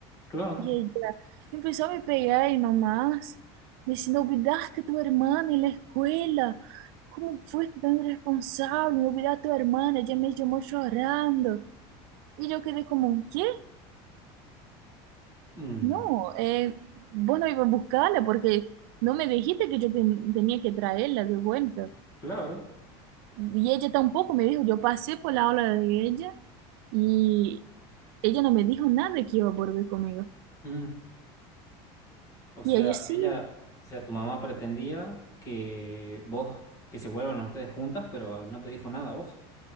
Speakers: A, on the left; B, on the right.
A: claro.
B: Y ella empezó a me pegar y nomás, diciendo, olvidaste a tu hermana en la escuela. ¿Cómo fuiste tan irresponsable? Me olvidaste a tu hermana, ella me llamó llorando. Y yo quedé como, ¿qué?
A: Mm,
B: No, eh, vos no ibas a buscarla porque no me dijiste que yo ten- tenía que traerla de vuelta.
A: claro.
B: Y ella tampoco me dijo, yo pasé por la aula de ella y ella no me dijo nada que iba a volver conmigo.
A: Mm. O
B: Y
A: sea,
B: ella sí,
A: ella, o sea, tu mamá pretendía que vos, que se vuelvan ustedes juntas, pero no te dijo nada a vos.